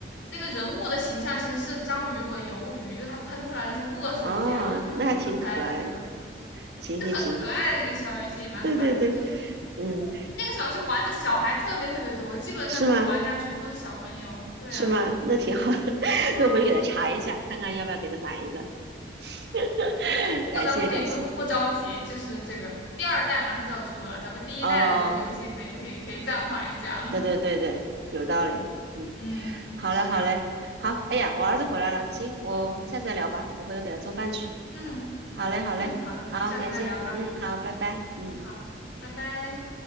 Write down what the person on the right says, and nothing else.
哦，
那还挺可爱的。行行行，
对对对，
嗯，
是吗？
是吗？那挺好的，<laughs>
那我回去给他查一下，看看要不要给他买一个。<laughs>
感谢感谢
哦，对对对对，
有道理。嗯，
好嘞好嘞，
好，哎呀，我儿子回来了，行，我下次再聊吧，我回头给他做饭去。
好嘞好嘞，
好，
感谢，嗯，好，拜拜，嗯。